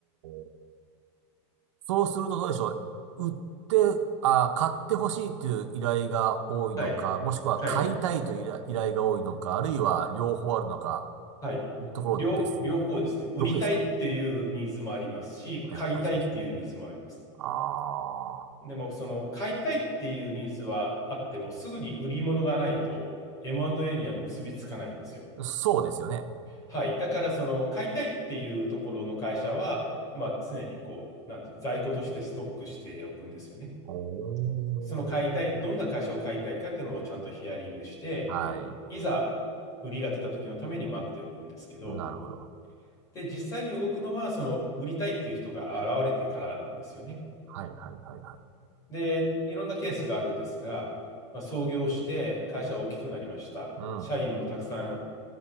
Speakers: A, on the right (about 80°); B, on the left (about 20°).
A: ー。そうするとどうでしょう。売って、あ、買ってほしいという依頼が多いのか、
B: はい。
A: もしくは買いたいという依頼依頼が多いのか、
B: はい。
A: あるいは両方あるのか、
B: はい。
A: いうところです。
B: 両、両方ですね。売りたいっていうニーズもありますし、
A: 両方ですかあやっぱりそうですよね。
B: 買いたいっていうニーズもあります。
A: あ
B: でも、その買いたいっていうニーズはあっても、すぐに売り物がないと M&A には結びつかないんですよ。
A: あ、そうですよね。
B: はい。だから、その、買いたいっていうところの会社は、まあ、常にこう、なんて、在庫としてストックしておくんですよね。
A: おー。
B: その買いたい、どんな会社を買いたいかっていうのをちゃんとヒアリングして、
A: はい。
B: いざ売りが出た時のために待っておくんですけど、
A: なるほど。
B: で、実際に動くのは、その、売りたいっていう人が現れてからなんですよね。
A: はい、はい、はい、はい。
B: で、いろんなケースがあるんですが、まあ、創業して会社は大きくなりました。
A: うん、
B: 社員もたくさん